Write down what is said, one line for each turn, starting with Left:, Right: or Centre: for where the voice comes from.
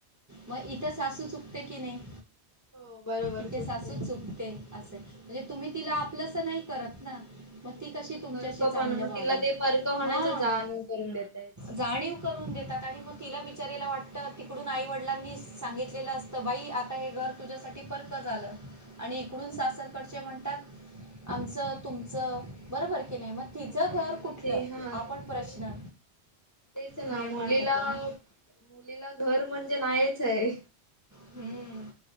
Right: मग इथं, सासू चुकते की नाही.
Left: हो बरोबर
Right: इथे
Left: चुकते
Right: सासू चुकते, असे म्हणजे
Left: ते.
Right: तुम्ही तिला आपलं असं नाही करत ना, मग ती
Left: बरोबर
Right: कशी तुमच्याशी
Left: परक
Right: चांगल्या
Left: पण मग
Right: वागेल
Left: तिला ते परक होण्याच
Right: हा
Left: जाणीव करून देतय
Right: जाणीव करून देतात. आणि मग तिला विचारायला वाटतं. तिकडून आई वडील वडिलांनी सांगितलेलं असत. बाई आता हे घर तुझ्यासाठी परक झालं. आणि कडून
Left: हो
Right: सासर कडचे म्हणतात. आमचं तुमचं बरोबर की नाही. मग तिचं
Left: हो
Right: घर
Left: मग तिला
Right: कुठलं,
Left: ते
Right: हा पण प्रश्न
Left: तेच ना तेच ना,
Right: निर्माण
Left: मुलीला,
Right: होतो ना
Left: मुलीला घर म्हणजे नाहीच आहे.
Right: हम्म